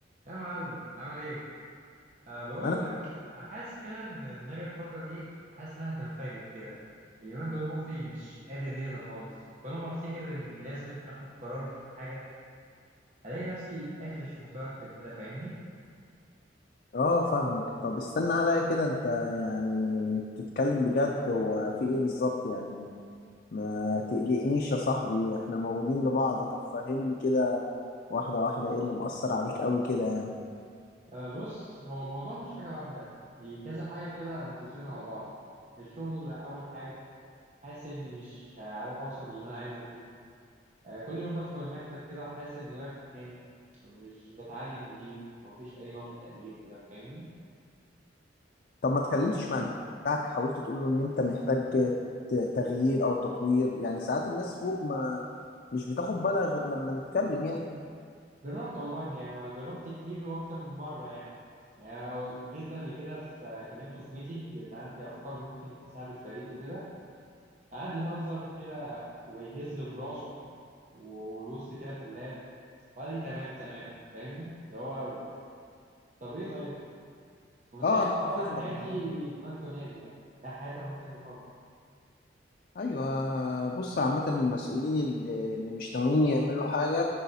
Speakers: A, on the right (about 40°); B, on the left (about 50°).
A: يا معلم عامل ايه؟ أه بقول
B: انا
A: لك حاسس كده ان دماغي الفترة دي حاسس انها هتنفجر كده اليومين دول مخي مش قادر يهدى خالص كل ما افتكر اني لازم اخد قرار في حاجة الاقي نفسي قافش ومتوتر كده فاهمني؟
B: اه فاهمك طب استنى عليا كده انت يعني بتتكلم بجد هو في ايه بالظبط يعني ما تقلقنيش يا صاحبي احنا موجودين لبعض طب فهمني كده واحدة واحدة ايه اللي مأثر عليك قوي كده يعني
A: آه بص هو الموضوع مش حاجة واحدة دي كذا حاجة كده مرصوصين على بعض الشغل أول حاجة حاسس إني مش عارف أوصل للي أنا عايزه فيه آه كل يوم بدخل المكتب كده وحاسس إني واقف مكاني مش بتعلم جديد ومفيش أي نوع من التقدير كده فاهمني
B: طب ما اتكلمتش مع الناس بتاعك حاولت تقول له ان انت محتاج ت- تغيير او تطوير يعني ساعات الناس فوق ما مش بتاخد بالها غير لما نتكلم يعني
A: جربت والله يعني جربت كتير واكتر من مره يعني يعني جيت قبل كده في كلمته في ميتنج ان عندي افكار ممكن تساعد الفريق وكده قعد يهزر كده ويهز براسه ويبص كده في اللاب وقال لي تمام تمام فاهمني اللي هو طب ايه طيب ومن
B: اه
A: ساعتها
B: انا حافظها
A: طبعا حياتي لمن تنادي يعني لا حياتي لمن تنادي خالص
B: ايوه بص عامة المسؤولين اللي اللي مش ناويين يعملوا حاجة